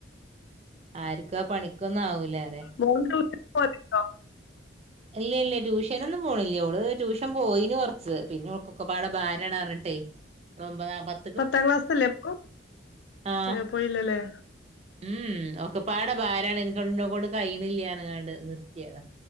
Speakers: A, on the right; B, on the left.
A: ആര്ക്കും ആ പണിക്കൊന്നും ആവൂലാറ്യ.
B: മോള് ട്യൂഷൻ പോവല്ണ്ടോ?
A: ഇല്ലല്ല ട്യൂഷനൊന്നും പോണില്ല. ഓള് ട്യൂഷൻ പോയിന് കൊർച്ച് പിന്നെ ഓൾക്കൊക്കപ്പാടെ ബാരാണർഞ്ഞിട്ടെ ഓളൊമ്പതാ പ
B: പത്താം ക്ലാസ്സല്ലേപ്പൊ
A: ആഹ്
B: ഏഹ് പോയില്ലല്ലേ.
A: ഉം ഉം ഒക്കെപ്പാടെ ഭാരാണ് ഇൻക്ക് ഇന്നേക്കോണ്ട് കയ്യിണില്ല്യാർഞ്ഞ്കാണ്ട് നിർത്ത്യെത.